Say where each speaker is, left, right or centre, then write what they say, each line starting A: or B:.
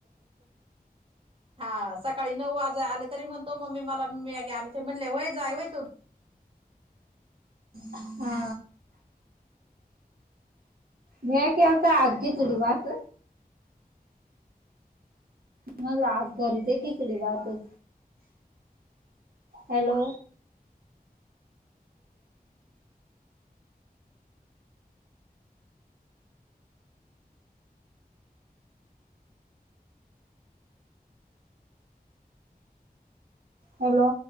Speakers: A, on the right; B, on the right.
A: हा सकाळी नऊ वाजे आले तरी म्हणतो मम्मी मला आण म्हणले होय जाय होय तु.
B: हा. म के होता आग घीचडी वाात. मला घरी ते किचडी वाातच. हॅलो. हॅलो.